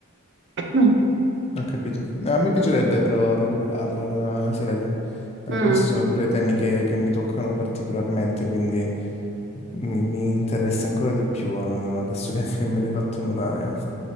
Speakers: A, on the right (about 50°); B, on the left (about 30°).
A: <clears throat>
B: Ho capito. No, mi piacerebbe però recuperarla la, la serie. Dai,
A: Mm. mm.
B: questi sono pure temi che, che mi toccano particolarmente, quindi mi, mi interessa ancora di più eh, adesso che, che me l'hai fatto notare.